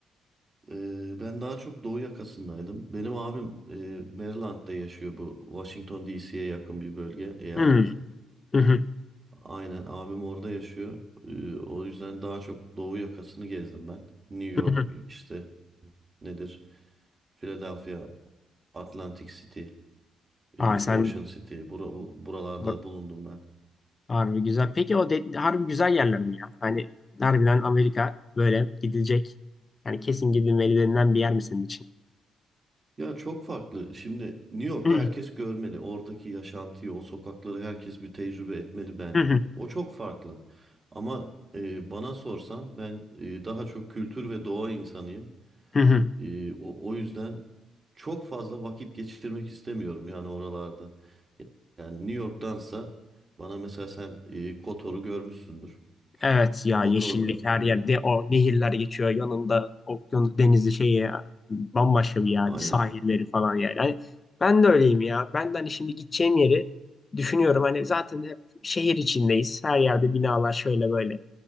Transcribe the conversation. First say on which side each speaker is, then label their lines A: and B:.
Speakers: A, on the right; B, on the left.
A: Ee, ben daha çok doğu yakasındaydım. Benim abim e, Maryland'da yaşıyor bu. Washington DC'ye yakın bir bölge, eyalet.
B: Hmm. Hı hı.
A: Aynen abim orada yaşıyor. Ee, o yüzden daha çok doğu yakasını gezdim ben. New
B: Hı
A: York
B: hı.
A: işte nedir? Philadelphia, Atlantic City, e,
B: Aa
A: Ocean
B: sen
A: City. Bura, bu- buralarda
B: har-
A: bulundum ben.
B: harbi güzel. Peki o de, harbi güzel yerler mi ya? Hani harbiden Amerika böyle gidilecek. Yani kesin gidilmeli denilen bir yer mi senin için?
A: Ya çok farklı. Şimdi New York'u
B: Hı hı.
A: herkes görmeli. Oradaki yaşantıyı, o sokakları herkes bir tecrübe etmeli bence.
B: Hı hı.
A: O çok farklı. Ama e, bana sorsan ben e, daha çok kültür ve doğa insanıyım.
B: Hı hı.
A: E, o, o yüzden çok fazla vakit geçirmek istemiyorum yani oralarda. Yani New York'tansa bana mesela sen e, Kotor'u görmüşsündür.
B: Evet ya
A: Kotor'da
B: yeşillik her
A: e,
B: yerde o nehirler geçiyor yanında okyanus denizi şey ya bambaşka bir yer
A: aynen
B: sahilleri falan yani. Hani ben de öyleyim ya ben de hani şimdi gideceğim yeri düşünüyorum hani zaten hep şehir içindeyiz her yerde binalar şöyle böyle.